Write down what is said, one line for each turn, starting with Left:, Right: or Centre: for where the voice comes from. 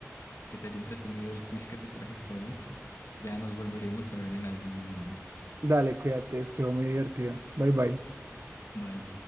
Left: que te haya entretenido el quiz que te traje esta vez. Ya nos volveremos a ver en algún momento.
Right: Dale, cuídate, estuvo muy divertido. Bye, bye.
Left: Bye.